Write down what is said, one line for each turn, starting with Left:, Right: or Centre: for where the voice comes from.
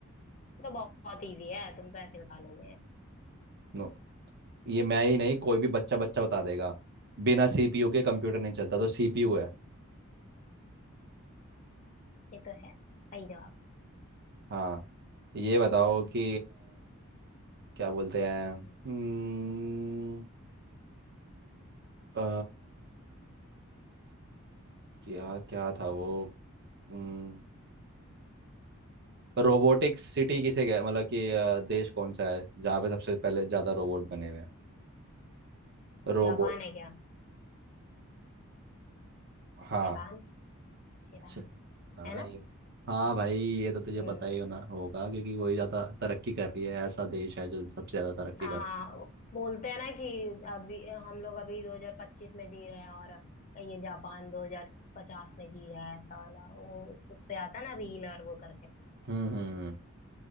Left: ये तो बहुत इजी है तुम तो ऐसे बता लोगे
Right: नो ये मैं ही नहीं कोई भी बच्चा बच्चा बता देगा बिना सीपीयू के कंप्यूटर नहीं चलता तो सीपीयू है
Left: ये तो है सही जवाब
Right: हाँ ये बताओ कि क्या बोलते हैं
Left: हम्म,
Right: हम्म, अ, क्या क्या था वो हम्म, रोबोटिक सिटी किसे गया मतलब कि अ, देश कौन सा है जहाँ पे सबसे पहले ज़्यादा रोबोट बने हुए हैं रोबोट
Left: जापान है क्या
Right: हाँ
Left: जापान जापान
Right: अच्छा हाँ
Left: है ना
Right: ये हाँ भाई ये तो तुझे
Left: हम्म,
Right: पता ही होना होगा क्योंकि वही ज़्यादा तरक्की कर रही है ऐसा देश है जो सबसे ज़्यादा तरक्की
Left: आ,
Right: कर
Left: बोलते हैं ना कि अभी हम लोग अभी 2025 में जी रहे हैं और ये जापान 2050 में जी रहा है साला वो उस पे आता है ना रीलर वो करके
Right: हम्म हम्म